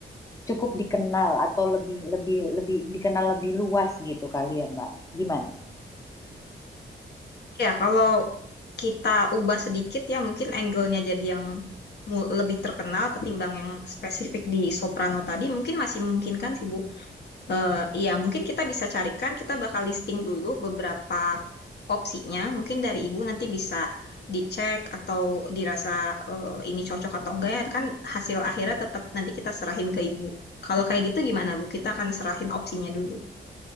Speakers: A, on the left (about 15°); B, on the left (about 60°).
A: cukup dikenal atau lebih lebih lebih dikenal lebih luas gitu kali ya Mbak? Gimana?
B: Ya, kalau kita ubah sedikit ya mungkin angle-nya jadi yang mu- lebih terkenal ketimbang yang spesifik di soprano tadi, mungkin masih memungkinkan sih Bu. Eh, Iya, mungkin kita bisa carikan, kita bakal listing dulu beberapa opsinya. Mungkin dari Ibu nanti bisa dicek atau dirasa eh, ini cocok atau enggak ya, kan hasil akhirnya tetap nanti kita serahin ke Ibu. Kalau kayak gitu gimana Bu? Kita akan serahin opsinya dulu.